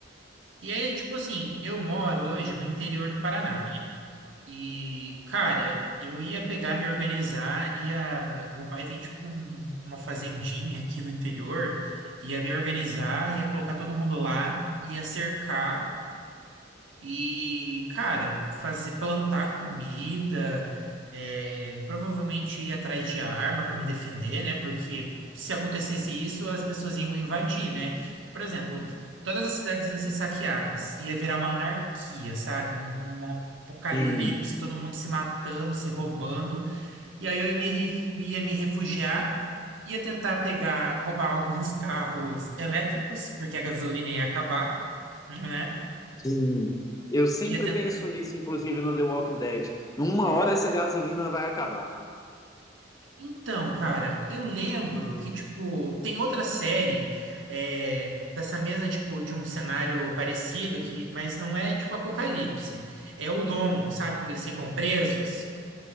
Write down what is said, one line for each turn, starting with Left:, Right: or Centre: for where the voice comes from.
Right: E aí, tipo assim, eu moro hoje no interior do Paraná, né? E, cara, eu ia pegar, me organizar, ia. Meu pai tem, tipo, um- uma fazendinha aqui no interior, ia me organizar, ia colocar todo mundo lá, ia cercar. E, cara, fazer plantar comida, é, provavelmente ir atrás de arma para me defender, né? Porque se acontecesse isso, as pessoas iam invadir, né? Por exemplo, todas as cidades iam ser saqueadas, ia virar uma anarquia, sabe? Um, um apocalipse,
Left: Sim,
Right: todo mundo se matando, se roubando. E aí eu ia me, re- ia me refugiar, ia tentar pegar, roubar alguns <laughs> carros elétricos, porque a gasolina ia acabar, né?
Left: sim. Eu sempre
Right: Ia
Left: penso nisso, inclusive no The Walking Dead. Uma hora essa gasolina vai acabar.
Right: Então, cara, eu lembro que, tipo, tem outra série é, dessa mesma, tipo, de um cenário parecido, que, mas não é, tipo, Apocalipse. É o Domo, sabe? Quando eles ficam presos.